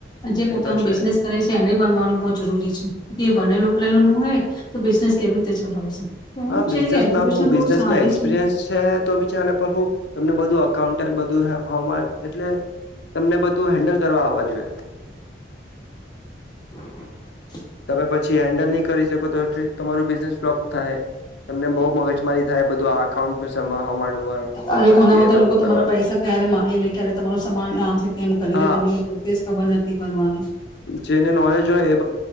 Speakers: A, on the left; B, on the left.
A: જે પોતાનું
B: એ તો છે
A: બિઝનેસ કરે છે એને બનવાનું બહુ જરૂરી છે એ બનેલું ખલેલું ન હે તો બિઝનેસ કેવી રીતે ચલાવશે તો એમ
B: હા બિઝનેસમાં
A: છે કે એજ્યુકેશન
B: હ
A: બહુ
B: બિઝનેસમાં
A: સારી
B: એક્સપિરિયન્સ
A: છે
B: છે તો બી ચાલે હું તમને બધું અઉ બધું હ એટલે તમને બધું ત હેન્ડલ કરવા આવવા જોઈએ.
A: <inaudible>
B: તમે પછી હેન્ડલ નહી કરી શકો તો એ તમારું બિઝનેસ ફ્લોપ થાય તમને બહુ મગજમારી થાય બધું આ અકાઉન્ટ ન સ પછ
A: અને ઘણા બધા
B: બ
A: લોકો તમારા
B: કરવાનું
A: પૈસા ક્યારે મારી લે ક્યારે તમારું સમાન આમ છે તેમ કરી
B: હ
A: દે તમને પોતે જ ખબર નથી બનવાની
B: નોલેજ હોય